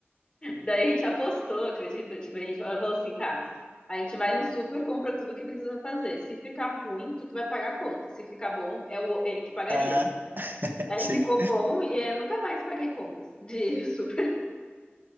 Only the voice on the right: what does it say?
ah,
<laughs>
sim.